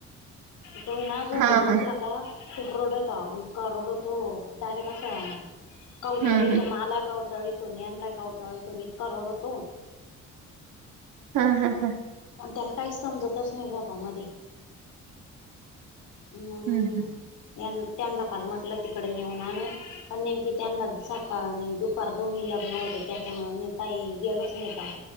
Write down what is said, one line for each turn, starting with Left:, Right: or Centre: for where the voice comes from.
Left: तो ना झोपेत
Right: हा हा
Left: उठला. ता खूप रोडता इतका रोडतो डायरेक्ट असा कवटाळितो
Right: हम्म हम्म
Left: माला कवटाळितो ज्ञानला कावटाळितो इतका रडतो.
Right: हा हा हा
Left: आणि त्याला काहीच समजतच नाही झोपा मध्ये. हम्
Right: हम्म हम्म
Left: त्यांला काल म्हटलं तिकड नेऊन आणू पण नेमकी त्यांना सकाळ नी दु पार दोन्ही लग्न होते त्याच्यामुळे मी काही गेलोच नाही काल.